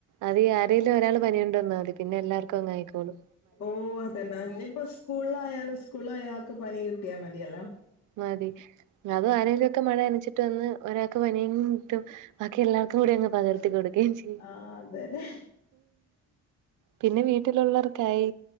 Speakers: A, on the right; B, on the left.
A: അത്ഈ ആരങ്കിലും ഒരാൾ പനിയുണ്ടോ ന്നാൽ മതി പിന്നെ എല്ലാർക്കും അങ്ങ് ആയിക്കോലും.
B: ഓ അതന്നാ ഇനിയിപ്പോ സ്കൂളിലായാലും സ്കൂളായയാ ആൾക്ക് പനി കിട്ടിയാൽ മതിയല്ലോ
A: മതി അത് ആനെങ്കിലൊക്കെ മഴ അനച്ചിട്ട് വന്ന് ഒരാൾക്ക് പനിയങ്കും കിട്ടും. ബാക്കി എല്ലാവർക്കും കൂടി അങ് പകർത്തി കൊക്കുകയും ചെയ്യു
B: ആ അതന്നെ
A: പിന്നെ വീട്ടിലുള്ളവർക്കായി